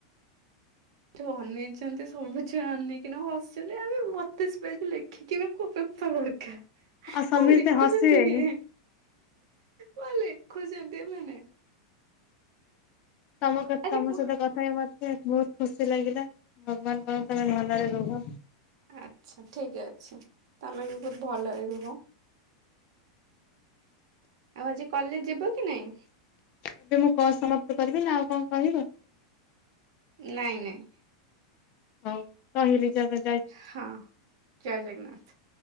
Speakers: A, on the right; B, on the left.
A: ଯୋଉ ଅନେଇଚନ୍ତି ସବୁ ଛୁଆ ଅନେଇକିନା ହସିଲେ ଆବେ ବତିଶ ପେଜ ଲେ ଲଖିକିବା କୁ ପେପର ର ଲେଖା,
B: ଆଉ ସମସ୍ତେ
A: କଣ ଲେଖୁଚନ୍ତି
B: ହସିବେନି।
A: ଇଏ। କଣ ଲେଖୁଚନ୍ତି ଏମାନେ?
B: ତମ କତ
A: ଆରେ
B: ତମ
A: କ
B: ସହିତ କଥା ହ ମତେ ବହୁତ ଖୁସି ଲାଗିଲା। ଭଗବାନ କରନ୍ତୂ ତମେ ଭଲରେ ରୁହ।
A: ଆଛା ଠିକ୍ ଅଛି। ତମେ ବି ବହୁତ ଭଲରେ ରୁହ। ଆଉ ଆଜି କଲେଜ ଯିବ କି ନାଇଁ?
B: ଏବେ ମୁଁ କଲ୍ ସମାପ୍ତ କରିବି ନା ଆଉ କଣ କହିବ?
A: ନାଇଁ ନାଇଁ।
B: ହଉ ରହିଲି ଜ
A: ହଁ ଜୟ ଜଗନ୍ନାଥ।